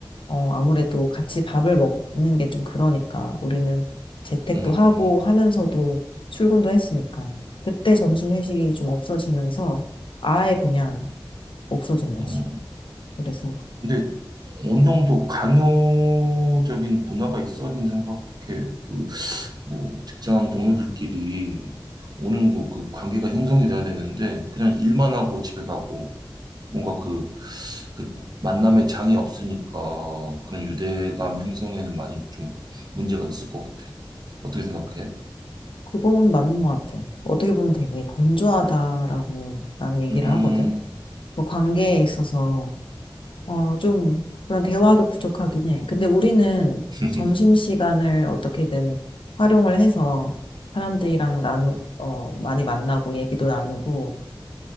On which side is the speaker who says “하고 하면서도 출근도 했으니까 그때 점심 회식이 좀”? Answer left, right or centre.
Left